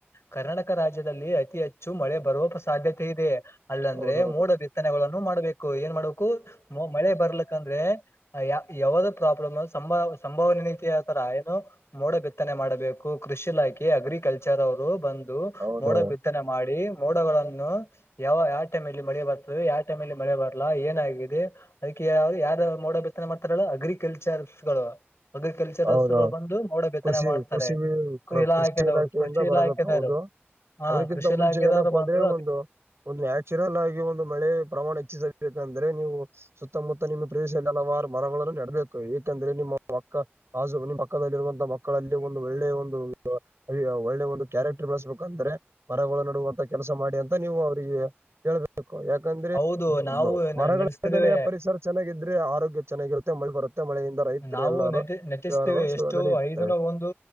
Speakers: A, on the left; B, on the right.
A: ಕರ್ನಾಟಕ ರಾಜ್ಯದಲ್ಲಿ ಅತಿ ಹೆಚ್ಚು ಮಳೆ ಬರುವ ಸಾಧ್ಯತೆ ಇದೆ ಅಲ್ಲಾಂದ್ರೆ
B: ಹೌದೌದು
A: ಮೋಡ ಬಿತ್ತನೆಗಳನ್ನು ಮಾಡ್ಬೇಕು ಏನ್ ಮಾಡ್ಬೇಕು ಮ ಮಳೆ ಬರ್ಲಕ್ಕಂದ್ರೆ ಯಾವ್ದ ಪ್ರಾಬ್ಲಮ್ ಸಂಭ ಸಂಭಾವನೆ ನೀತಿ ಆತರ ಏನು ಮೋಡ ಬಿತ್ತನೆ ಮಾಡಬೇಕು ಕೃಷಿ ಇಲಾಖೆ ಅಗ್ರಿಕಲ್ಚರ್ ಅವರು ಬಂದ
B: ಹೌದೌದು
A: ಮೋಡ ಬಿತ್ತನೆ ಮಾಡಿ ಮೋಡ ನ್ನು ಯಾವ ಯಾವ ಟೈಮ್ಲ್ಲಿ ಮಳೆ ಬರ್ತದೆ ಯಾವ ಟೈಮ್ ಅಲ್ಲಿ ಮಳೆ ಬರ್ಲಾ ಏನಾಗಿದೆ ಅದಕ್ಕೆ ಯಾವ್ದ ಯಾರ ಮೋಡೋ ಬಿತ್ತನೆ ಮಾಡ್ತಾರಲ್ಲ ಅಗ್ರಿಕಲ್ಚರ್ಸ್ಗಳು ಅಗ್ರಿಕಲ್ಚರ್ಸರುಗಳು
B: ಹೌದೌದು
A: ಬಂದು ಮೋಡ ಬಿತನೆ
B: ಕೃಷಿ
A: ಮಾಡ್ತಾರೆ
B: ಕೃಷಿ
A: ಇಲಾಖೆದವ್ರು
B: ಕೃಷಿ ಇಲಾಖೆಯಿಂದ
A: ಕೃಷಿ ಇಲಾಖೆದವರು
B: ಬರಬೇಕು ಹೌದು
A: ಹಾ
B: ಅದಕ್ಕಿಂತ
A: ಕೃಷಿ
B: ಮುಂಚೆ
A: ಇಲಾಖೆದವರು
B: ಏನಪ್ಪಾ
A: ಬಂದು್
B: ಅಂದ್ರೆ ಒಂದು ನ್ಯಾಚುರಲ್ ಆಗಿ ಒಂದು ಮಳೆ ಪ್ರಮಾಣ ಹೆಚ್ಚಿಸಬೇಕ ಅ್ರೆ ನೀವು ಸುತ್ತಮುತ್ತ ನಿಮ್ಮ ಪ್ರದೇಶದಲ್ಲಿ ಹಲವಾರು ಮರಗಳನ್ನು ನೆಡ್ಬೇಕು ಏಕಂದ್ರೆ ನಿಮ್ಮ ಅಕ್ಕ ಆು ನಿಮ್ಮ ಪಕ್ಕದಲ್ಲಿರುವಂತಹ ಮಕ್ಕಳಲ್ಲಿ ಒಂದು ಒಳ್ಳೆಯ ಒಂದು ಅ ಒಳ್ಳೆ ಒಂದು ಕ್ಯಾರೆಕ್ಟರ್ ಬಳಸ್ಬೇಕಂದ್ರೆ ಮರಗಳ ನಡುವಂತ ಕೆಲಸ ಮಾಡಿ ಅಂತ ನೀವು ಅವ್ರಿಗೆ ಹೇಳ್ಬೇಕು ಬ ಯಾಕಂದ್ರೆ
A: ಹೌದು ನಾವು
B: ಮರಗಳಂದನೆಯ
A: ನಡೆಸ್ತಿದ್ದೇವೆ
B: ಪರಿಸರ ಚೆನ್ನಾಗಿದ್ರೆ ಆರೋಗ್ಯ ಚೆನ್ನಾಗಿರುತ್ತೆ ಮಳೆ ಬರುತ್ತೆ ಮಳೆಯಿಂದ ರೈತರು
A: ನಾವು
B: ಎಲ್ಲಾರು
A: ನಟ ನಟಿಸ್ತೀವಿ
B: ವ್ಯವಹಾರಗಳು
A: ಎಷ್ಟು
B: ನಡೆಯುತ್ತವೆ
A: ಐದನ ಒಂದು